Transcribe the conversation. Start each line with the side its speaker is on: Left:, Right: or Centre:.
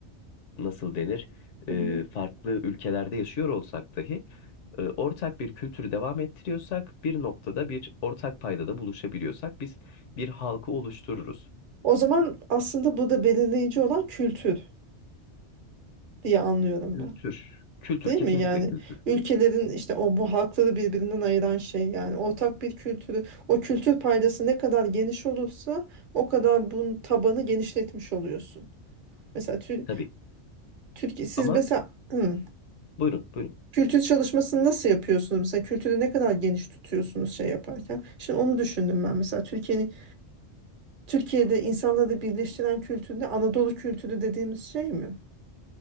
Left: nasıl denir
Right: Hı
Left: e,
Right: hı.
Left: farklı ülkelerde yaşıyor olsak dahi e, ortak bir kültürü devam ettiriyorsak bir noktada bir ortak paydada buluşabiliyorsak biz bir halkı oluştururuz.
Right: O zaman aslında burada belirleyici olan kültür diye anlıyorum
Left: Kültür.
Right: ben.
Left: Kültür
Right: Değil
Left: kesinlikle
Right: mi yani
Left: kültür.
Right: ülkelerin işte o bu halkları birbirinden ayıran şey yani ortak bir kültürü o kültür paydası ne kadar geniş olursa o kadar bunun tabanı genişletmiş oluyorsun. Mesela Tür
Left: Tabii.
Right: Türkiye siz
Left: Ama
Right: mesela hı,
Left: buyurun buyurun.
Right: kültür çalışmasını nasıl yapıyorsunuz? Mesela kültürü ne kadar geniş tutuyorsunuz şey yaparken? Şimdi onu düşündüm ben mesela Türkiye'nin Türkiye'de insanları birleştiren kültür ne? Anadolu kültürü dediğimiz şey mi?